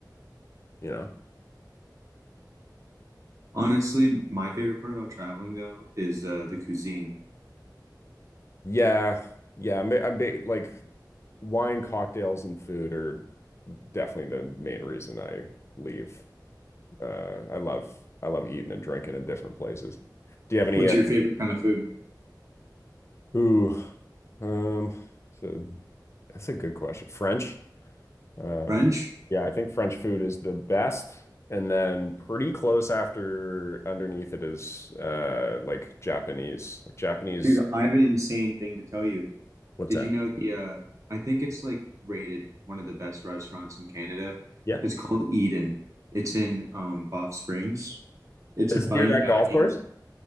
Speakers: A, on the left; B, on the right.
A: You know?
B: Honestly, my favorite part about traveling though is uh the cuisine.
A: Yeah, yeah. I'm, I'm ba- like wine, cocktails, and food are definitely the main reason I leave. Uh, I love I love eating and drinking in different places. Do you have any
B: What's
A: uh,
B: your favorite kind of food?
A: Ooh, Um, so that's a good question. French. Um,
B: French?
A: yeah, I think French food is the best. And then pretty close after underneath it is uh like Japanese. Like Japanese,
B: Dude, I have an insane thing to tell you.
A: what's
B: Did
A: that?
B: you know the uh I think it's like rated one of the best restaurants in Canada.
A: Yeah.
B: It's called Eden. It's in um Banff Springs. It's
A: It's
B: a fine
A: near that golf
B: dining.
A: course.